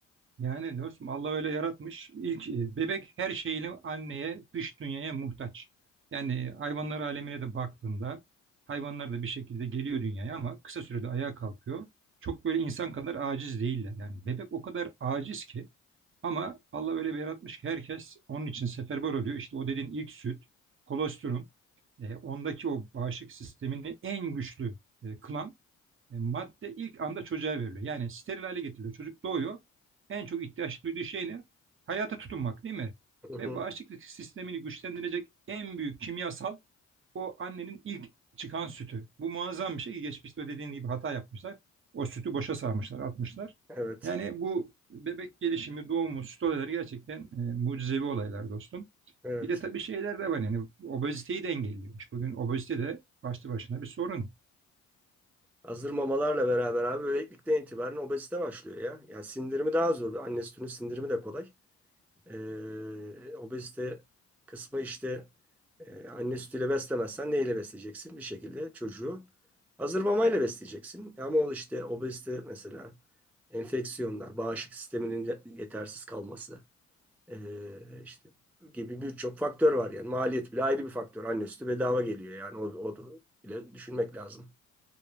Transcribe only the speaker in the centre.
Hı hı.
Evet,
evet.
Hazır mamalarla beraber abi bebeklikten itibaren obezite başlıyor ya. Yani sindirimi daha zor. Anne sütünün sindirimi de kolay. Ee, obezite kısmı işte e, anne sütüyle beslemezsen neyle besleyeceksin? Bir şekilde çocuğu hazır mamayla besleyeceksin. E Ama o işte obezite mesela enfeksiyonlar, bağışıklık sisteminin de- yetersiz kalması e, işte gibi birçok faktör var yani. Maliyet bile ayrı bir faktör. Anne sütü bedava geliyor yani. O, o da bile düşünmek lazım.